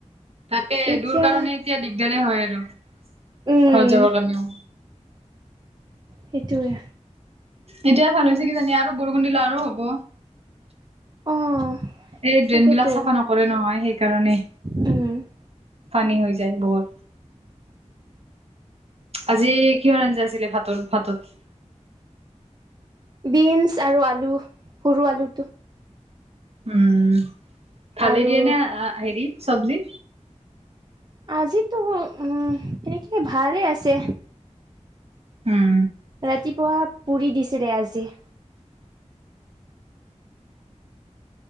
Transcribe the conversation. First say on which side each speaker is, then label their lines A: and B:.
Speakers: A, on the right; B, on the right.
A: তাকে
B: এতিয়া
A: দোৰ কাৰণে এতিয়া দি দিগদাৰে হয় আৰু ঘৰত
B: উম
A: যাব কাৰণেও।
B: সেইটোৱে
A: এতিয়া ভাল হৈছে কিজানি আৰু বৰষুণ দিলে আৰু হব।
B: অ'
A: এই ড্ৰেইন
B: তাকেতো
A: বিলাক চাফা নকৰে নহয় সেইকাৰণে।
B: উম
A: পানী হৈ যায় বহুত। আজি কিহৰ আঞ্জা আছিলে ভাটত ভাটত
B: বিন্ছ আৰু আলু, সৰু আলুটো
A: উম ভালে
B: আৰু
A: দিয়ে নে হেৰি চব্জি?
B: আজিতো উম এনেকে ভালেই আছে
A: উম
B: ৰাতিপুৱা পুৰি দিছিলে আজি।